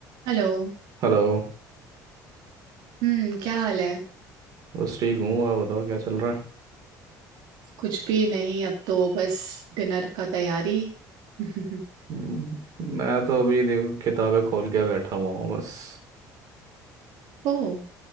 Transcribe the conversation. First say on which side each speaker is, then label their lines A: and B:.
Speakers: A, on the right (about 80°); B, on the right (about 55°).
A: Hello
B: हेलो
A: हम्म क्या हाल है
B: बस ठीक हूँ आप बताओ क्या चल रहा है
A: कुछ भी नहीं अब तो बस डिनर का तैयारी <laughs>
B: हम्म, मैं तो अभी देखो किताबें खोल के बैठा हुआ हूँ बस
A: ओह